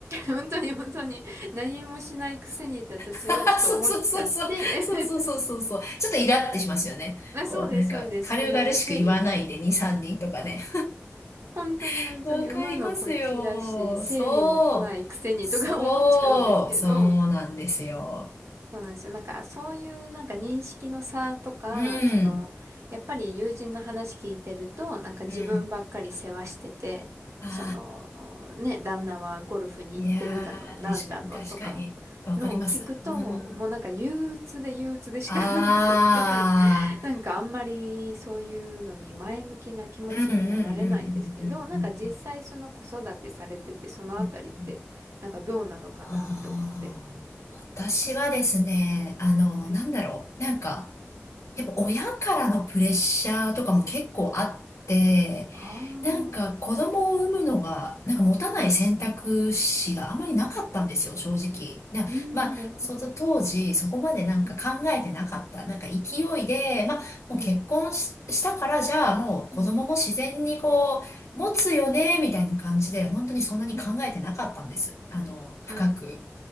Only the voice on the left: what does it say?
<laughs> そうそうそうそう。そうそうそうそうそう。
ちょっとイラってしますよね。
こう、なんか、
軽々しく言わないで2、
3人とかね。
<laughs> わかりますよ。
そう。そう。
そうなんですよ。
うん。
うん。あ
あ。いやー、
確かに、確かに。わかります。
うん。
ああ。
うん、うん、うん、うん、
うん、うん。うんああ、私はですね、あの、
なんだろう。なんか、やっぱ親からのプレッシャーとかも結構あって、
なんか子供を産むのが、なんか持たない選択肢があまりなかったんですよ、
正直。な、
まあ、
その当時、
そこまでなんか考えてなかった。
なんか勢いで、
まあ、もう結婚し、
したから、じゃあもう子供も自然にこう、
持つよね、みたいな感じで、本当にそんなに考えてなかったんです。
あの、深く。